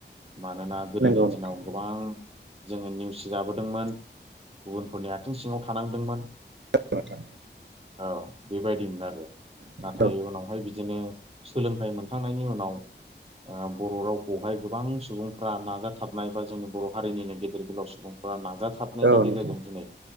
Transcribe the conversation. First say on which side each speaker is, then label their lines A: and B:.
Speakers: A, on the right; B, on the right.
A: मानोना गोदोनि
B: नंगौ नोंथां
A: दिनाव गोबां जोङो नेवसि जाबोदोंमोन गुबुनफोरनि आथिं सिङाव थानांदोंमोन।
B: बाथा
A: औ बेबायदिमोन आरो नाथाय
B: नोंथां
A: उनावहाय बिदिनो सोलोंथाइ मोनखांनायनि उनाव ओ बर' रावखौहाय गोबां सुबुंफ्रा नाजाथाबनाय बा जोंनि बर' हारिनिनो गेदेर गोलाव सुबुंफ्रा नाजा थाबनायनि
B: औ
A: गेजेरजों
B: नोंथां
A: दिनै